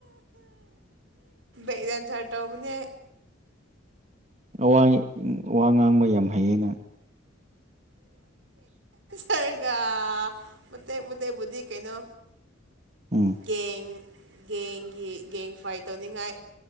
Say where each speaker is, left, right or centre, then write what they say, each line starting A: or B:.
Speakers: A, on the right (about 65°); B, on the right (about 35°).
A: ꯩꯗꯥꯦꯟꯁ ꯇꯅꯦ
B: ꯋꯥ ꯋꯥ ꯉꯥꯡꯕ ꯌꯥꯝ ꯍꯩꯌꯦꯩꯅ
A: ꯔꯒ ꯃ ꯃ ꯇꯕꯨ ꯀꯩꯩꯅꯣ
B: ꯎꯝ
A: ꯒꯦꯡ ꯒꯦꯡꯒꯤ ꯒꯦꯡ ꯐꯥꯏꯠ ꯇꯧꯅꯤꯡꯉꯥꯏ